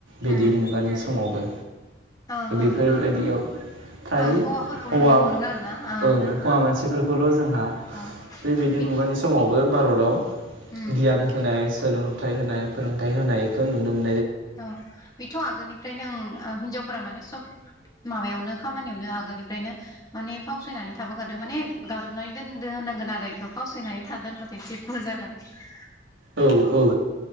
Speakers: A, on the right (about 80°); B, on the left (about 20°).
A: बेदिग
B: उम
A: मुगानि समावबो
B: ओं
A: बेफोरबायदियाव
B: ओं
A: फ्राय
B: ओं हौवाफोरखौल'
A: हौवा
B: नुनो मोनोमोन आरोना ओं
A: ओ हौवा मानसि बेफोरखौल' जोंहा
B: अ
A: बे बेदि
B: बिद
A: मुगानि समावबो भारताव
B: उम
A: गियान होनाय सोलोंथाइ होनाय फोरोंथायाइ होनायखो नुनो मो
B: ओं बेथ आगोलनिफ्रायनो ओं हिनजावफोरा माने सब माबायावनो खामानियावनो आगोलनिफ्रायनो माने फावसायनानै थाबोखादों माने गादबनानै दोन दो होनांगोन आरो इखौ फावसायनानै थादों होनबाथाय एसे बुल जागोन ।
A: ओउ ओउ।